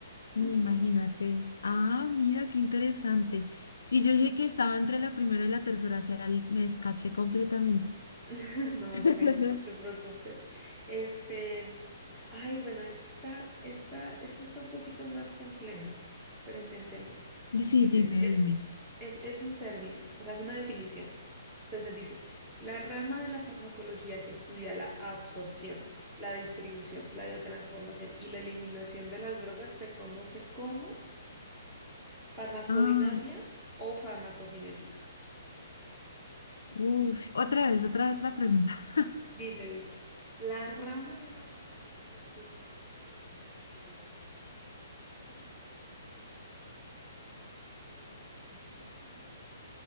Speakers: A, on the right; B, on the left.
A: Ajá.
B: Ni Imagínate. Ah, mira, qué interesante. Y yo dije que estaba entre la primera y la tercera, o sea, l- me escaché completamente.
A: <laughs> No,
B: <laughs>
A: tranqui, no te preocupes. Este, ay, bueno, esta está, esta, esta está un poquito más compleja, pero intentémoslo. Dice,
B: Sí, dime,
A: es,
B: dime.
A: es, es un término, o sea, es una definición. Entonces dice, la rama de la farmacología que estudia la absorción, la distribución, la biotransformación y la eliminación de las drogas se conoce como farmacodinamia
B: Ah,
A: o farmacocinética.
B: uf, otra vez, otra vez la pregunta. <laughs>
A: Dice, dice, la rama de la farmacología que se encarga de, de estudiar la absorción, distribución, biotransformación y eliminación de las drogas